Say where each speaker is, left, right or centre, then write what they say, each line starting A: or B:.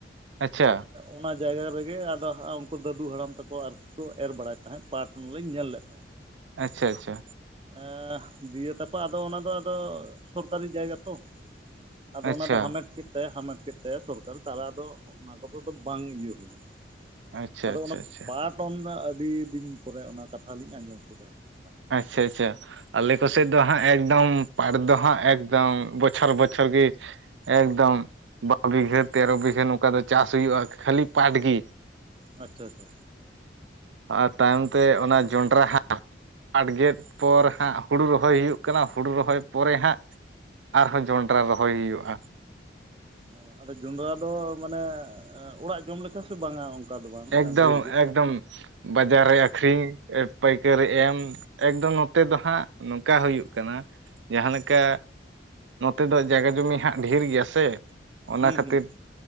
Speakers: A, on the right; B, on the right.
A: ᱟᱪᱪᱷᱟ
B: ᱚᱱᱟ ᱡᱟᱭᱜᱟ ᱨᱮᱜᱮ ᱟᱫᱚ ᱩᱱᱠᱩ ᱫᱟᱹᱫᱩ ᱦᱟᱲᱟᱢ ᱛᱟᱠᱚ ᱟᱨ ᱠᱚ ᱮᱨ ᱵᱟᱲᱟᱭ ᱛᱟᱦᱮᱸᱜ ᱯᱟᱴ ᱚᱱᱟ ᱞᱤᱧ ᱧᱮᱞ ᱞᱮᱫ ᱛᱟᱦᱮᱸᱫ
A: ᱟᱪᱪᱷᱟ ᱟᱪᱪᱷᱟ
B: ᱮ ᱫᱤᱭᱮ ᱛᱟᱯᱚᱨ ᱟᱫᱚ ᱚᱱᱟ ᱫᱚ ᱟᱫᱚ ᱥᱚᱨᱠᱟᱨᱤ ᱡᱟᱭᱜᱟ ᱛᱚ ᱟᱫᱚ
A: ᱟᱪᱪᱷᱟ
B: ᱚᱱᱟ ᱫᱚ ᱦᱟᱢᱮᱴ ᱠᱮᱫ <unintelligible> ᱦᱟᱢᱮᱴ ᱠᱮᱫ ᱛᱟᱭᱟ ᱥᱚᱨᱠᱟᱨ ᱛᱟᱦᱮ ᱟᱫᱚ ᱚᱱᱟ ᱠᱚᱫᱚ ᱫᱚ ᱵᱟᱝ ᱤᱭᱟᱹ ᱦᱩᱭ ᱞᱮᱱᱟ
A: ᱟᱪᱪᱷᱟ
B: ᱟᱫᱚ
A: ᱟᱪᱪᱷᱟ
B: ᱚᱱᱟ
A: ᱟᱪᱪᱷᱟ
B: ᱯᱟᱴ <unintelligible> ᱟᱹᱰᱤ ᱫᱤᱱ ᱯᱚᱨᱮ ᱚᱱᱟ ᱠᱟᱛᱷᱟ ᱞᱤᱧ ᱟᱸᱡᱚᱢ ᱠᱮᱫᱟ᱾ ᱯᱟᱴ ᱠᱟᱛᱷᱟ᱾
A: ᱟᱪᱪᱷᱟ ᱟᱪᱪᱷᱟ᱾ ᱟᱞᱮ ᱠᱚᱥᱮᱫ ᱫᱚ ᱦᱟᱸᱜ ᱮᱠᱫᱚᱢ ᱯᱟᱴ ᱫᱚ ᱦᱟᱸᱜ ᱮᱠᱫᱚᱢ ᱵᱚᱪᱷᱚᱨ ᱵᱚᱪᱷᱚᱨ ᱜᱮ ᱮᱠᱫᱚᱢ ᱵᱟᱨ ᱵᱤᱜᱷᱟᱹ ᱛᱮᱨᱚ ᱵᱤᱜᱷᱟᱹ ᱱᱚᱝᱠᱟ ᱫᱚ ᱪᱟᱥ ᱦᱩᱭᱩᱜᱼᱟ ᱠᱷᱟᱹᱞᱤ ᱯᱟᱴ ᱜᱤ᱾
B: ᱟᱪᱪᱷᱟ ᱟᱪᱪᱷᱟ᱾
A: ᱟᱨ ᱛᱟᱭᱚᱢ ᱛᱮ ᱚᱱᱟ ᱡᱚᱸᱰᱽᱨᱟ ᱦᱟᱜ ᱯᱟᱴ ᱜᱮᱫ ᱯᱚᱨ ᱦᱟᱸᱜ ᱦᱩᱲᱩ ᱨᱚᱦᱚᱭ ᱦᱩᱭᱩᱜ ᱠᱟᱱᱟ ᱦᱩᱲᱩ ᱨᱚᱦᱚᱭ ᱯᱚᱨᱮ ᱦᱟᱸᱜ ᱟᱨᱦᱚᱸ ᱡᱚᱸᱰᱨᱟ ᱨᱚᱦᱚᱭ ᱦᱩᱭᱩᱜᱼᱟ᱾
B: ᱚ ᱟᱫᱚ ᱡᱚᱸᱰᱽᱨᱟ ᱫᱚ ᱢᱟᱱᱮ ᱚᱲᱟᱜ ᱡᱚᱢ ᱞᱮᱠᱟ ᱥᱮ ᱵᱟᱝᱟ? ᱫᱚ ᱵᱟᱝ
A: ᱮᱠᱫᱚᱢ
B: ᱰᱷᱮᱨ ᱜᱮ
A: ᱮᱠᱫᱚᱢ ᱵᱟᱡᱟᱨ ᱨᱮ ᱟᱠᱷᱨᱤᱧ ᱯᱟᱹᱭᱠᱟᱹᱨᱤ ᱮᱢ ᱮᱠᱫᱚᱢ ᱱᱚᱛᱮ ᱫᱚ ᱦᱟᱸᱜ ᱱᱚᱝ ᱠᱟ ᱦᱩᱭᱩᱜ ᱠᱟᱱᱟ ᱡᱟᱸᱦᱟ ᱞᱮᱠᱟ ᱱᱚ ᱛᱮ ᱫᱚ ᱡᱟᱭ ᱜᱟ ᱡᱚᱢᱤ ᱦᱟᱸᱜ ᱰᱷᱮᱨ ᱜᱮᱭᱟ ᱥᱮ ᱚᱱᱟ
B: ᱦᱩᱸ
A: ᱠᱷᱟᱹᱛᱤᱨ
B: ᱦᱩᱸ